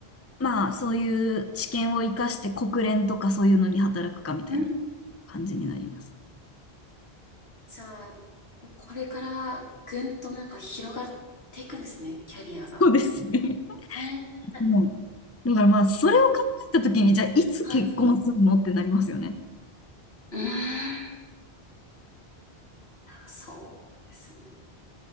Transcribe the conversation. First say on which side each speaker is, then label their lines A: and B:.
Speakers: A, on the left (about 15°); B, on the left (about 75°).
A: まあそういう知見を生かして国連とかそういうのに働くかみたいな
B: うん
A: 感じになります。
B: じゃあ、これからぐんとなんか広がっていくんですね、キャリアが。
A: そうですね。<laughs>
B: ねえ。
A: もう、だからまあそれを考えたときに、じゃあいつ結婚するのってなりますよね。
B: はい。うーん。そうですね。